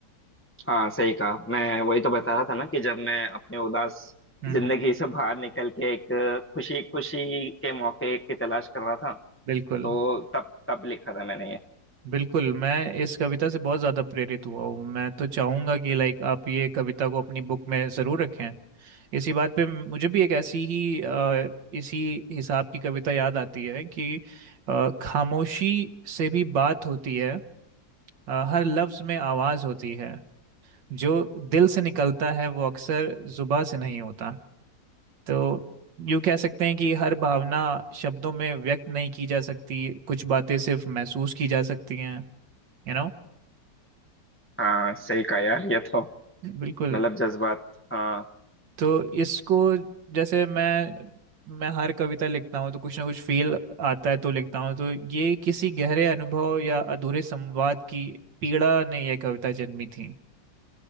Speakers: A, on the left (about 20°); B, on the right (about 80°).
A: हाँ सही कहा मैं वही तो बता रहा था ना कि जब मैं अपने उदास
B: हम्म
A: जिंदगी
B: हम्म,
A: से बाहर निकल के एक खुशी खुशी के मौके की तलाश कर रहा था
B: बिल्कुल
A: तो तब तब लिखा था मैंने ये
B: बिल्कुल मैं इस कविता से बहुत ज़्यादा प्रेरित हुआ हूँ मैं तो चाहूँगा कि लाइक आप ये कविता को अपनी बुक में ज़रूर रखें इसी बात पे मुझे भी एक ऐसी ही अ, इसी हिसाब की कविता याद आती है कि अ, खामोशी से भी बात होती है अ, हर लफ्ज़ में आवाज़ होती है जो दिल से निकलता है वो अक्सर जुबा से नहीं होता तो यूँ कह सकते हैं कि हर भावना शब्दों में व्यक्त नहीं की जा सकती कुछ बातें सिर्फ महसूस की जा सकती हैं यू नो
A: हाँ सही कहा यार ये तो
B: बिल्कुल
A: मतलब जज्बात हाँ
B: तो इसको जैसे मैं मैं हर कविता लिखता हूँ तो कुछ ना कुछ फील आता है तो लिखता हूँ तो ये किसी गहरे अनुभव या अधूरे संवाद की पीड़ा ने यह कविता जन्मी थी